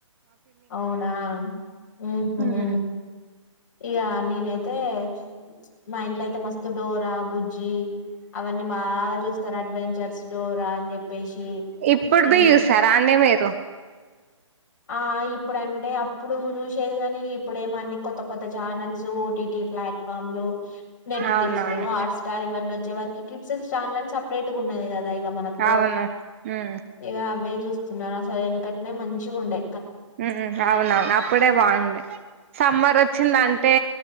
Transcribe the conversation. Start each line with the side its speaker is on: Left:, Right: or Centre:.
Left: అవునా ఉహ్మ
Right: మ్మ్
Left: ఇగా నేనయితే యితే మా ఇంట్లో అయితే మస్తు డోరా బుజ్ జీ అవన్నీ బాగా చూస్తారు అడ్వెంచర్స్ డోరా అన్ చెప్పేసి
Right: ఇప్పుడు
Left: ఇం
Right: బి చూస్తారా అండి మీరు
Left: ఆ ఇప్పుడు అంటే అప్పుడు చూసేది గానీ ఇప్పుడు ఏమి అన్ని కొత్త కొత్త channels O T T platform లో నెట్ ఫ్లిక్స్
Right: అవునవును
Left: లు హాట్ స్టార్ ఇవన్నీ వచ్చేవరకి కిడ్స్ చానెల్స్ అన్ని పెట్టుకున్నది కదా ఇగ మనకు
Right: అవును మ్మ్
Left: ఇదగ చూస్తున్నారా అసలు వెనకట్టనే మంచిగా చిగుండె
Right: ఉమ్ అవునవును అప్పుడే బాగుంది సమ్మర్ వచ్చిందంటే